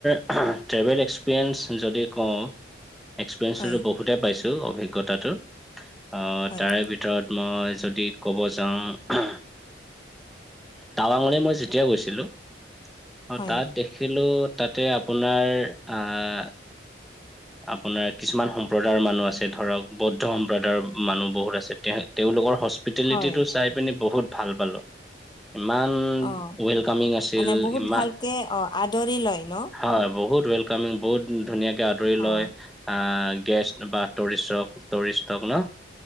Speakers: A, in the centre; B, on the left.
A: ট্ৰেভেল এক্সপিৰিয়েঞ্চ, যদি কওঁ এক্সপিৰিয়েন্ঞ্চো
B: হয়
A: বহুতে পাইছোঁ, অভিজ্ঞতাটো, অ'
B: হয়
A: তাৰে ভিতৰত ভিতৰত মই যদি ক'ব যাওঁ টাৱাঙলৈ মই যেতিয়া গৈছিলোঁ অ',
B: হয়
A: তাত দেখিলো, তাতে আপোনাৰ আহ আপোনাৰ কিছুমান সম্প্ৰদায়ৰ মানুহ আছে, ধৰক বৌদ্ধ সম্প্ৰদায়ৰ মানুহ বহুত আছে, তেওঁ তেওঁলোকৰ স্পিটেলিটিটো
B: হয়
A: চাই পিনি বহুত ভাল পালোঁ। ইমান
B: অ
A: ৱেলকামিং আছিল,
B: মানে বহুত
A: ইমান
B: ভালকে অ আদৰি লয় ন
A: হয়, বহুত ৱেল বহুত ধুনীয়াকে আদৰি
B: হয়
A: লয়, আহ, গেষ্ট বা টুৰিষ্ট, টুৰিষ্টক ন',